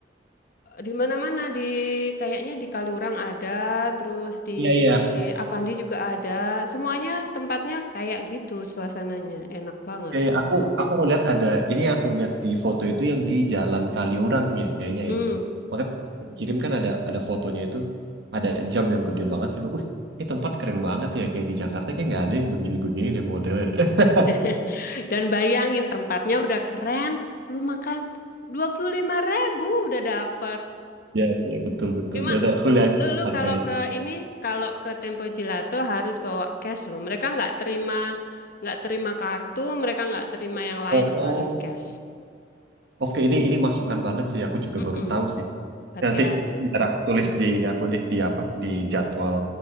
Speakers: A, on the left (about 55°); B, on the right (about 65°).
A: di mana-mana di kayaknya di Kaliurang ada, terus di
B: Iya, iya.
A: Avandi juga ada. Semuanya tempatnya kayak gitu, suasananya enak banget.
B: Kayak aku aku ngeliat ada ini aku lihat di foto itu yang di Jalan Kaliurang ya kayaknya
A: Hmm.
B: ya. Makanya pas kirim kan ada ada fotonya itu ada jam yang gede banget sih. Wih, ini tempat keren banget ya kayak di Jakarta kayak nggak ada yang begini-begini deh modelnya. <laughs>
A: <laughs> Dan bayangin tempatnya udah keren, lu makan dua puluh lima ribu udah dapet.
B: Ya ya betul betul.
A: Cuma
B: Ya aku lihat
A: lu, lu
B: harganya.
A: kalau ke ini, kalau ke Tempo Gelato harus bawa cash loh. Mereka nggak terima, nggak terima kartu, mereka nggak terima yang lain
B: Oh,
A: loh, harus cash.
B: oke ini ini masukan banget sih. Aku juga
A: Mm-mm,
B: baru tahu sih.
A: hati-hati.
B: Nanti biar aku tulis di ini aku deh di apa di jadwal